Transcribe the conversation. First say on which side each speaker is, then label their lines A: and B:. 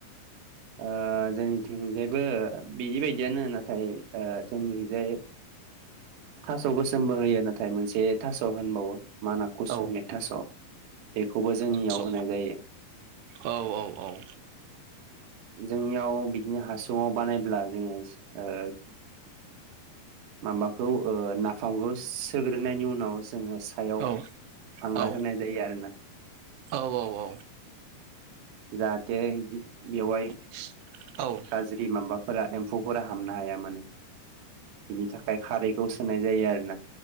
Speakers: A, on the right (about 65°); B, on the right (about 85°).
A: ओ जोंनिथिंजायबो बिदिबायदियानो नाथाय ओ जोंनिखिजाय थास' गोसोमबो होयो नाथाय मोनसे थास' होनबावो माना कुचु
B: औ
A: होननाय थास' बेखौबो जोंनियाव
B: स'
A: होनाय जायो
B: औ औ औ
A: जोंनियाव बिदिनो हासुङाव बानायब्ला जोङो ओ माबाखौ नाफामखौ सोग्रोनायनि उनाव जोङो सा सायाव
B: औ
A: हांगार
B: औ
A: होनाय जायो आरो ना
B: औ औ औ
A: जाहाते इदि बेवहाय
B: <unintelligible> औ
A: गाज्रि माबाफोरा एमफौ फोरा हाबनो हाया माने बिनि थाखाय खारै दस होनाय जायो आरो ना